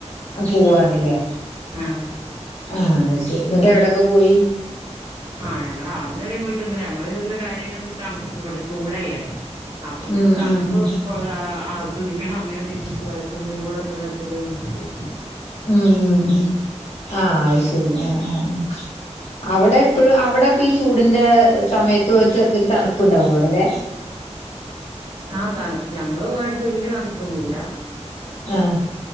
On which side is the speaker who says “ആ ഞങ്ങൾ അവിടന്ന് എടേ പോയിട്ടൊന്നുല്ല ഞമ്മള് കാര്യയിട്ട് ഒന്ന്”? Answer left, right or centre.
Right